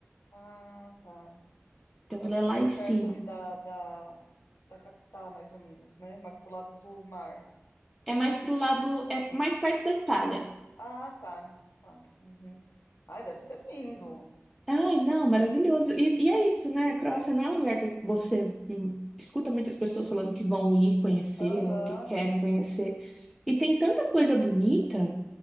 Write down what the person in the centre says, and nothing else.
Então
ela
é lá
em cima.
É mais pro lado, é mais perto da Itália.
Ai, não, maravilhoso. E, e é isso, né? A Croácia não é um lugar que você hum, escuta muitas pessoas falando que vão ir conhecer
ou que querem conhecer. E tem tanta coisa bonita,